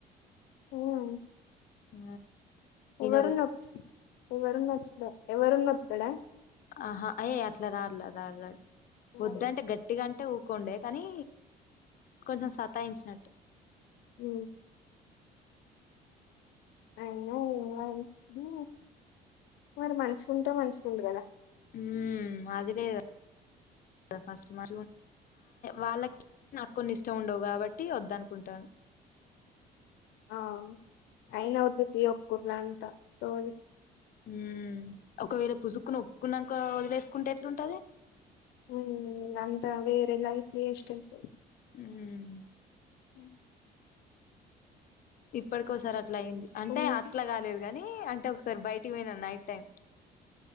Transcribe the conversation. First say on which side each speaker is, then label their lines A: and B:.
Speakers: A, on the left; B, on the left.
A: హ
B: ఆ
A: ఒవ్వెరు
B: ఇనరు
A: న ఒవ్వెరు నొచ్చద ఎవరున్న వస్తాడా
B: ఆహా ఏయ అట్లా రాడ్ల రాడ్ రాడ్
A: మరి
B: వద్దంటే గట్టిగా అంటే అంటే ఊకోండే కానీ కొంచెం సతాయించినట్టు
A: ఉ అయినా ఇ మరి మంచికుంటే మంచిగు ఉంది కదా
B: ఉ అదిలేదా ఫస్ట్ మ వాళ్ళకి నాకు కొన్ని ఇష్ట ఉండవు కాబట్టి వద్ద అనుకుంటాను
A: ఆ అయినవర్ జతి ఒప్కుర్లా అ సోరి
B: ఉ ఒకవేళ పుసుక్కున ఒప్పుకున్నాక వదిలేసుకుంటే ఎట్లుంటది
A: ఉ అంత వేరే లైఫ్ వేస్ట్ అయితది
B: ఉమ్
A: ఉమ్
B: ఇప్పటికోసారి అట్ల అయింది అంటే
A: ఉమ్
B: అట్లా కాలేదు కాని అంటే ఒక సార్ బయటికి పోయినా నైట్ టైం కి